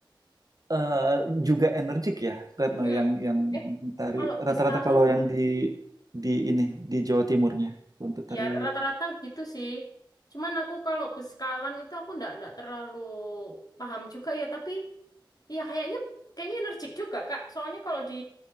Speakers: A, on the right (about 45°); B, on the left (about 50°).
A: eh, juga energik ya, Retno,
B: Hmm.
A: yang yang
B: Eh
A: tari
B: kalau Beskala
A: rata-rata kalau yang di di ini di Jawa Timurnya untuk tari
B: Ya rata-rata gitu sih. Cuman aku kalau beskalan itu aku ndak ndak terlalu paham juga ya. Tapi ya kayaknya kayaknya energik juga Kak. Soalnya kalau di